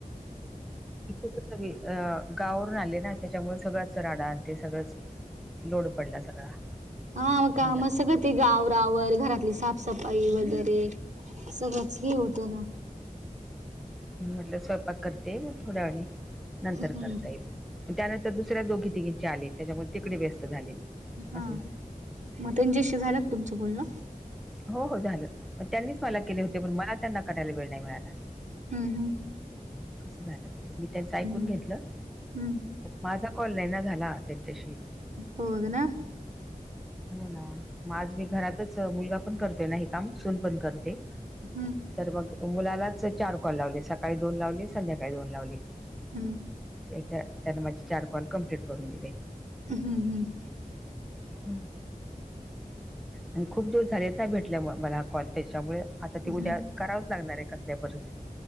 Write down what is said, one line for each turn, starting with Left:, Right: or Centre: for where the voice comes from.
Centre: अ गावावरून आले ना त्याच्यामुळे सगळा आजचा राडा आणि ते सगळंच लोड पडला सगळा
Right: हा का
Centre: म्हणला
Right: म सगळं ते आवराआवर घरातली साफसफाई
Centre: हम्म
Right: वगैरे सगळंच हे होतं ना
Centre: म्हणुन म्हटलं स्वयंपाक करते थोड्या वेळानी नंतर
Right: हम्म
Centre: करता येईल. त्यानंतर दुसऱ्या दोघी तिघींचे आले त्याच्यामुळे तिकडे व्यस्त झाले मी
Right: हा,
Centre: असं झालं
Right: मग त्यांच्याशी झाला का तुमचं बोलण?
Centre: हो हो झालं मग त्यांनीच मला केले होते पण मला त्यांना करायला वेळ नाही मिळाला.
Right: हम हम.
Centre: झालं मी त्यांचं ऐकून
Right: हम्म
Centre: घेतलं,
Right: हम्म
Centre: माझा कॉल नाही ना झाला त्यांच्याशी.
Right: होय ना.
Centre: हो ना मग आज मी घरातच मुलगा पण करतोय ना हे काम सून पण करते.
Right: हम्म
Centre: तर मग मुलालाच चार कॉल लावले सकाळी दोन लावले संध्याकाळी दोन लावली.
Right: हम्म
Centre: त्याला माझे चार कॉल कम्प्लीट करून दिले.
Right: हम् हम्.
Centre: <inaudible> आणि खूप दिवस झालेच भेटल्यामुळे मला कॉल त्याच्यामुळे. तर ते उद्या
Right: हम्म
Centre: करावंच लागणार आहे कसल्या परिस्थितीत